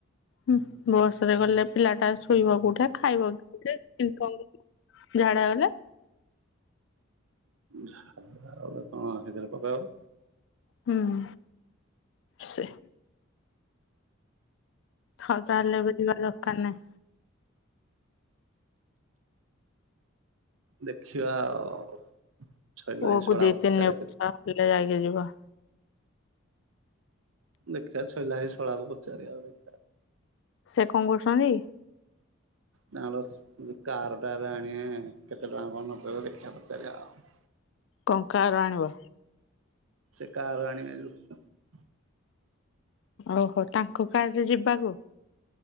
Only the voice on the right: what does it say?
ଝାଡ଼ା ଗଲେ କଣ ସେଥିରେ ପକେଇବ।
ଦେଖିବା ଆଉ। ଛଇଲା
ଭାଇ ଶଳାକୁ
ପଚାରିବା
କେତେ
ଦେଖିବା ଛଇଲା ଭାଇ ଶଳାକୁ ପଚାରିବା ଆଉ ଦେଖିବା।
ତାଙ୍କର ଯୋଉ କାର ଟା ଏବେ ଆଣିବେ କେତେ ଟଙ୍କା କଣ ନ କହିବେ ଦେଖିବା ପଚରିବା ଆଉ।
ସେ କାର ଆଣିବ ଯଉ।